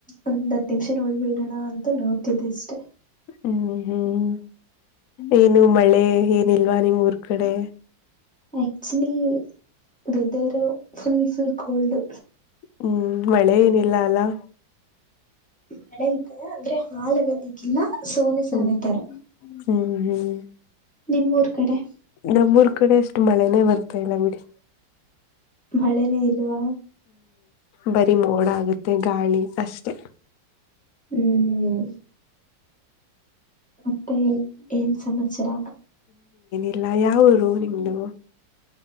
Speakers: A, in the centre; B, on the left.
A: ಒಂದ್ ಹತ್ ನಿಮಿಷ ನೋಡ್ಬಿಡೋಣ ಅಂತ ನೋಡ್ತಿದ್ದೆ ಅಷ್ಟೆ
B: ಹ್ಮ್ ಹ್ಮ್ ಏನು ಮಳೆ ಏನಿಲ್ವಾ ನಿಮ್ ಊರ್ ಕಡೆ.
A: Actually weather full full cold
B: ಹ್ಮ್ ಮಳೆ ಏನಿಲ್ಲ ಅಲ್ಲಾ
A: ಮಳೆ ಇದೆ ಅಂದ್ರೆ ಹಾಲಗಲ್ಲಿಗಿಲ್ಲ ಸೋನೆ ಸೋನೆ
B: ಹ್ಮ್
A: ತರ
B: ಹ್ಮ್ ಹ್ಮ್
A: ನಿಮ್ಮೂರು ಕಡೆ
B: ನಮ್ಮೂರ್ ಕಡೆ ಎಷ್ಟು ಮಳೆನೇ ಬರ್ತಾ ಇಲ್ಲ ಬಿಡಿ.
A: ಮಳೆನೇ ಇಲ್ವಾ
B: ಬರಿ ಮೋಡ ಆಗುತ್ತೆ ಗಾಳಿ ಅಷ್ಟೆ.
A: ಹ್ಮ್ ಹ್ಮ್ ಮತ್ತೆ ಏನ್ ಸಮಾಚಾರ
B: ಎಲ್ಲ ಯಾವ ಊರು ನಿಮ್ದು